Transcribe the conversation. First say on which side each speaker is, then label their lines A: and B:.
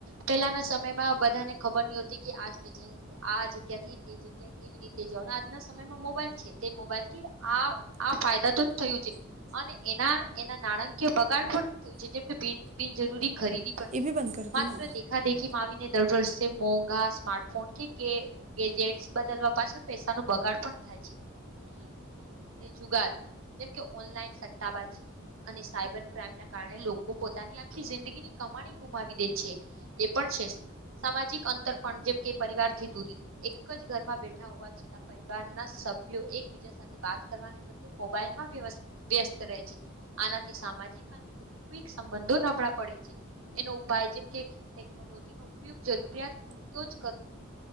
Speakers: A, on the right; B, on the right.
A: પેલાના સમયમાં બધાને ખબર નહ હોતી આ સ્ટેશન આ જગ્યા થી તે જગ્યા કેવી રીતે જવાનું આજના સમયમાં મોબાઈલ છે તે મોબાઈલ થી આ આ ફાયદા તો જ થયું છે અને એના એના નાણાકીય બગાડ પણ થયું છે. જે કે બિનજરૂરી ખરીદી પણ
B: એ
A: છે
B: ભી બંધ કર
A: માત્ર
B: દી
A: દેખા દેખીમાં આવીને દર વર્ષે મોંઘા સ્માર્ટફોન કે ગેજેટસ બદલવા પાછળ પૈસા ન બગાડ પણ થાય. જુગાર જેમકે ઓનલાઈન સટ્ટાબાજી અને સાબર ક્રાઈમ ના કારણે લોકો પોતાની આખી જિંદગીની કમાણી ગુમાવી દે છે એ પણ સામાજિક અંતર પણ જેમ કે પરિવાર થી દૂરી એક જ ઘરમાં બેઠા હોવા છતાં પરર ના સભ્યો એકબીજા સાથે વાત કરવા બદલે મોબાઈલમાં વ્યસ્ત રહે છે, આનાથી સામાજિક અને કુટુંબિક વઘુ નબળા પડે છે, એનો ઉપાય જેમ કે ટેકનોલોજી નો ઉપગ જરૂિયા પુરતો જ